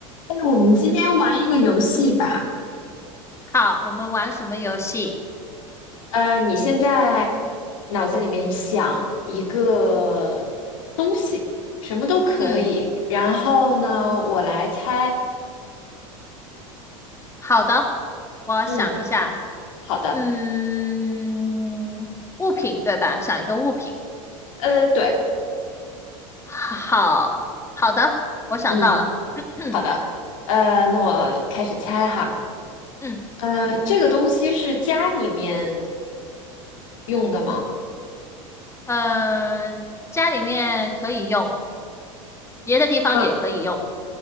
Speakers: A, on the left (about 70°); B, on the left (about 15°).
A: 哎，我们今天玩一个游戏吧。
B: 好，我们玩什么游戏？
A: 呃，你现在脑子里面想一个东西，什么都可以。
B: 嗯，
A: 然后呢，我来猜。
B: 好的，我想一下，
A: 嗯，好的。
B: 嗯，物品对吧？想一个物品。
A: 呃，对，
B: 好，好的，我想到了。
A: 嗯，
B: <clears throat>
A: 好的。呃，那我开始猜哈。
B: 嗯，
A: 呃，这个东西是家里面用的吗？
B: 呃，家里面可以用，别的地方也可以用。
A: 呃，